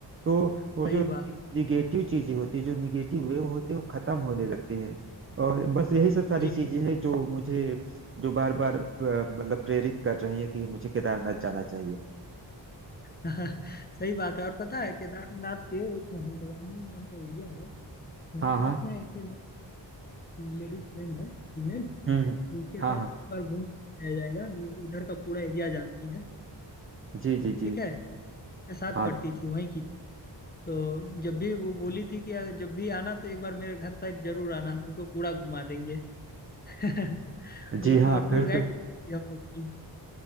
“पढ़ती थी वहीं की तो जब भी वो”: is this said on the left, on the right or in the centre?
Left